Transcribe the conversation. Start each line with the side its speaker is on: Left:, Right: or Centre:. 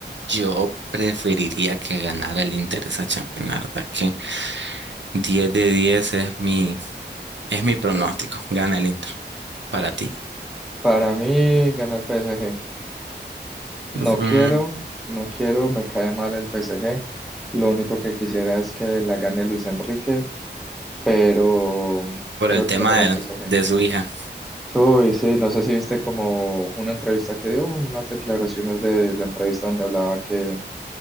Right: yo preferiría que ganara el Inter esa Champions, la verdad que 10 de 10 es mi es mi pronóstico, gana el Inter. Para ti.
Centre: Para mí gana el PSG. No
Right: Mm,
Centre: quiero, no quiero, me cae mal el PSG. Lo único que quisiera es que la gane Luis Enrique, pero
Right: por
Centre: creo
Right: el tema
Centre: que la gana
Right: de,
Centre: el PSG.
Right: de su hija.
Centre: Uy, sí, no sé si viste como una entrevista que dio, unas declaraciones de la entrevista donde hablaba que